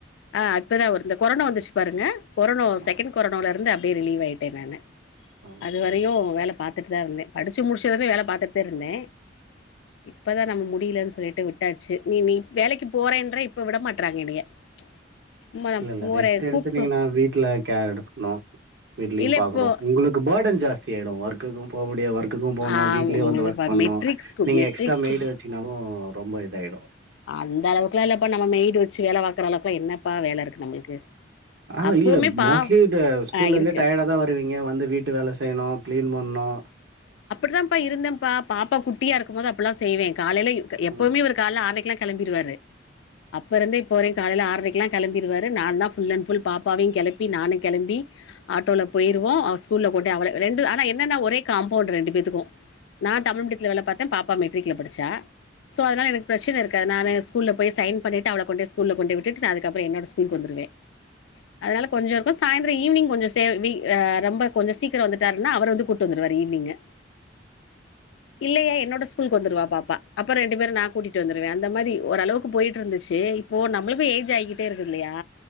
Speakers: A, on the left; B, on the right.
A: ஆ இப்பதா. இந்த கொரோனா வந்துச்சு பாருங்க கொரோனா
B: ஆ
A: செக்கண்ட் கொரோனோல இருந்து அப்டியே ரிலீவ் ஆயிட்டே நானு
B: ஓகே,
A: அதுவரையு
B: ஓகே.
A: வேல பாத்துட்டுதா இருந்தே படிச்சு முடிச்சருந்து வேல பாத்துட்டுதா இருந்தே இப்பதா. நம்ம முடியலன்னு சொல்லிட்டு விட்டாச்சு நீ நீ வேலைக்கு போறேன்ற இப்ப விட மாட்ராங்க என்னைய சும்மா நா
B: இல்ல இல்ல
A: போறே
B: ரெஸ்ட்டு எடுத்து
A: கூப்டு
B: நீங்க நா வீட்டுல கேர் எடுத்துக்கணு வீட்லயு
A: இல்ல
B: பாக்கணு
A: இப்போ
B: உங்களுக்கு பார்டன் ஜாஸ்தி ஆயிடும் ஒர்க்குக்கு போக முடியா ஒர்க் க்கு போனு
A: ஆ
B: வீட்லயு வந்து ஒர்க் பண்ணனு
A: மெட்ரிக்ஸ்கு
B: நீங்க
A: மெட்ரிக்ஸ்கு
B: எக்ஸ்டரா மெய்டுவச்சாலு ரொம்ப இதாயிடு
A: அந்த அளவுக்குல்லா இல்லப்பா நம்ம மெய்டு வச்சு வேல பாக்கற அளவுக்குலா என்னப்பா வேலை இருக்கு நம்மளுக்கு
B: ஆஹா
A: அப்பவுமே
B: இல்ல
A: பா
B: மோஸ்ட்லி த ஸ்கூல்ல
A: ஆ
B: இருந்தே
A: இருக்கு
B: டயர்டா தா வருவீங்க வந்து வீட்டு வேல செய்யணு கிளீன் பண்ணு
A: அப்படிதான்ப்பா இருந்தேன்ப்பா பாப்பா குட்டியா இருக்கும் போது அப்படில்லா செய்வே காலையில எப்பவுமே
B: ம்.
A: ஒரு கால ஆரைக்கெல்லா கெளம்பிருவாரு அப்பறருந்தே இப்ப வரையு காலையல ஆறரைக்கெல்லா கெளம்பிருவாறு நாந்தா புல் அண் புல் பாப்பாவையு கெளப்பி நானு கெளம்பி ஆட்டோல போயிருவோ ஸ்கூல்ல கொண்டே அவளே ரெண்டு ஆனா என்னன்ன ஒரே காம்பவுண்ட் ரெண்டு பேத்துக்கு நா தமிழ் மீடித்துல வேல பாத்தே பாப்பா மெட்ரிக்ல படிச்சா சோ அதனால எனக்கு பிரச்சனை இருக்காது நானு ஸ்கூல்ல போய் சைன் பண்ணிட்டு அவள கொண்டு ஸ்கூல்ல கொண்டு விட்டுட்டு அதுக்கப்பற என்னோட ஸ்கூல்க்கு வந்துடு வே அதனால கொஞ்சருக்கு சாய்ந்தர ஈவினிங் கொஞ்ச சேவி ஆ ரெம்ப கொஞ்ச சீக்கிர வந்துட்டாருனா அவரு வந்து கூட்டு வந்துடுவார் ஈவ்னிங்கு
B: <inaudible>
A: இல்லையே என்னோட ஸ்கூலுக்கு வந்துடுவா பாப்பா அப்பற ரெண்டு பேரு நா கூட்டிட்டுந்துடுவே அந்த மாதிரி ஓரளவுக்கு போயிட்ருந்துச்சு இப்போ நம்மளுக்கு ஏஜ் ஆகிட்டேருக்கு இல்லையா